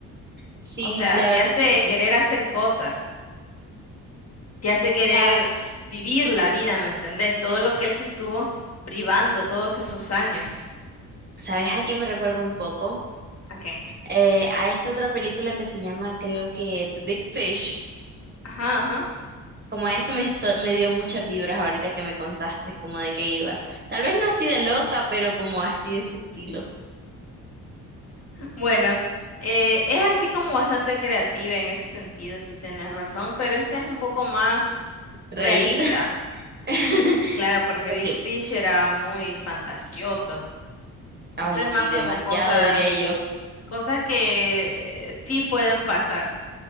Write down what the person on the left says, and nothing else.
O sea,
te
hace
querer
hacer cosas, te hace querer
vivir la vida, ¿me entendés? Todo lo que él se estuvo privando todos esos años.
Ok.
Ajá, ajá.
Bueno, eh, es así como bastante creativa en ese sentido, si tenés razón, pero esta es un poco más
Realista,
claro, porque Big
Fish era muy fantasioso.
Esto
es más como
cosas,
cosas que eh, sí pueden pasar.